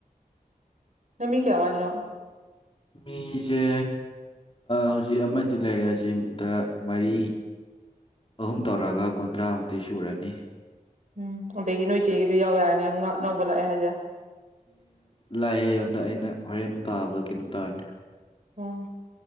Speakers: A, on the right (about 55°); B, on the left (about 35°).
A: ꯅꯃꯤ ꯀꯌꯥꯋꯥꯖꯅ
B: ꯃꯤꯖꯦ ꯍꯧꯖꯤꯛ ꯑꯃꯗꯤ ꯂꯩꯔꯦꯁꯤ ꯑꯗ ꯃꯔꯤ ꯑꯍꯨꯝ ꯇꯧꯔꯛꯑꯒ ꯀꯨꯟꯊ꯭ꯔꯥꯃꯨꯛꯇꯤ ꯁꯨꯔꯅꯤ
A: ꯎꯝ ꯑꯗꯒꯤ ꯅꯣꯏꯆꯦꯒꯤꯗꯨ ꯌꯥꯎ ꯌꯥꯔꯅꯤ ꯑꯃꯨꯛ ꯉꯍꯥꯛ ꯅꯧꯕ ꯂꯥꯛꯑꯦ ꯍꯥꯏꯁꯦ
B: ꯂꯥꯏꯑꯉꯣꯟꯗ ꯑꯩꯅ ꯍꯣꯔꯦꯟ ꯄꯥꯕꯗꯣ ꯀꯩꯅꯣ ꯇꯧꯔꯅꯤ
A: ꯑ